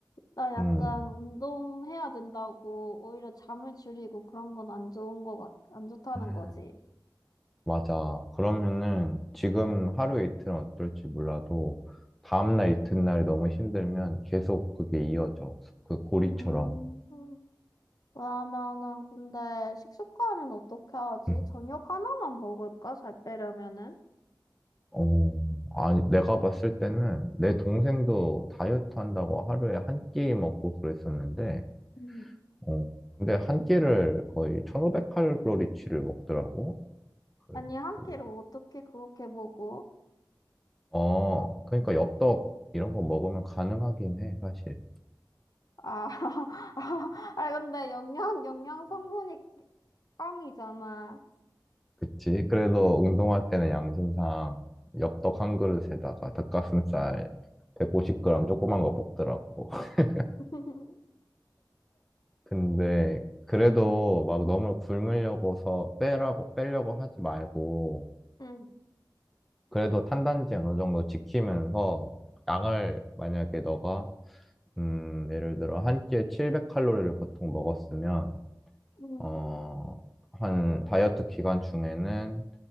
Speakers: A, on the left; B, in the centre.
A: 나 약간
B: 음,
A: 운동해야 된다고 오히려 잠을 줄이고 그런 건 안 좋은 거 같, 안 좋다는
B: 음,
A: 거지.
B: 맞아. 그러면은 지금 하루 이틀은 어떨지 몰라도 다음날 이튿날이 너무 힘들면 계속 그게 이어져. 그 고리처럼.
A: 음, 음. 그러면은 근데 식습관은 어떻게 하지?
B: 음.
A: 저녁 하나만 먹을까? 살 빼려면은?
B: 어, 아니, 내가 봤을 때는 내 동생도 다이어트 한다고 하루에 한 끼 먹고 그랬었는데,
A: 음.
B: 어, 근데 한 끼를 거의 1500칼로리치를 먹더라고. 그래갖고
A: 아니, 한 끼를 어떻게 그렇게 먹어?
B: 어, 그러니까 엽떡 이런 거 먹으면 가능하긴 해, 사실.
A: 아, <laughs> 아, 근데 영양, 영양 성분이 깡이잖아.
B: 그치? 그래도 운동할 때는 양심상 엽떡 한 그릇에다가 닭가슴살 150g 조그만 거 먹더라고. <laughs>
A: <laughs>
B: 근데 그래도 막 너무 굶으려고서 빼라고, 빼려고 하지 말고,
A: 응,
B: 그래도 탄단지 어느 정도 지키면서 양을 만약에 너가, 음, 예를 들어 한 끼에 700칼로리를 보통 먹었으면,
A: 응,
B: 어, 한 다이어트 기간 중에는